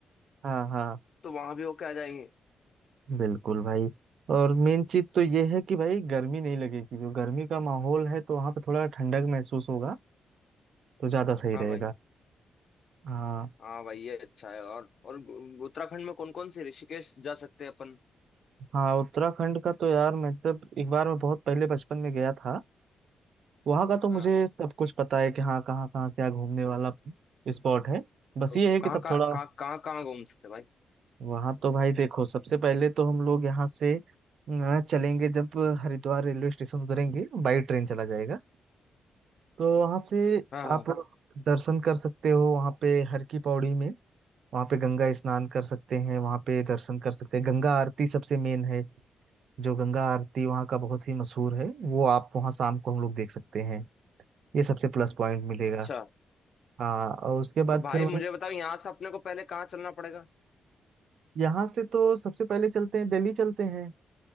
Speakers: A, on the right (about 70°); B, on the left (about 55°).
A: हाँ हाँ
B: तो वहां भी होके आ जाएंगे
A: बिल्कुल भाई और मेन चीज तो ये है कि भाई गर्मी नहीं लगेगी जो गर्मी का माहौल है तो वहाँ पे थोड़ा ठंडक महसूस होगा तो ज्यादा सही
B: हाँ
A: रहेगा
B: भाई
A: हाँ
B: हाँ भाई ये अच्छा है और और उत्तराखंड में कौन कौन से ऋषिकेश जा सकते हैं अपन
A: हाँ उत्तराखंड का तो यार मैं जब एक बार मैं बहुत पहले बचपन में गया था वहाँ का तो मुझे
B: हाँ
A: सब कुछ पता है कि हाँ कहाँ कहाँ क्या घूमने वाला स्पॉट है बस
B: तो
A: ये है कि
B: कहाँ
A: तब
B: कहाँ
A: थोड़ा
B: कहाँ कहाँ कहाँ घूम सकते हैं भाई
A: वहाँ तो भाई देखो सबसे पहले तो हम लोग यहाँ से अ, चलेंगे जब हरिद्वार रेलवे स्टेशन उतरेंगे बाई ट्रेन चला जाएगा तो वहाँ से
B: हाँ हाँ
A: आप दर्शन कर सकते हो वहाँ पे हर की पौड़ी में वहाँ पे गंगा स्नान कर सकते हैं वहाँ पे दर्शन कर सकते हैं गंगा आरती सबसे मेन है जो गंगा आरती वहाँ का बहुत ही मशहूर है वो आप वहाँ शाम को हम लोग देख सकते हैं ये सबसे प्लस पॉइंट मिलेगा
B: अच्छा
A: हाँ और उसके
B: तो
A: बाद
B: भाई
A: फिर वहीं
B: मुझे बताओ यहाँ से अपने को पहले कहाँ चलना पड़ेगा
A: यहाँ से तो सबसे पहले चलते हैं दिल्ली चलते हैं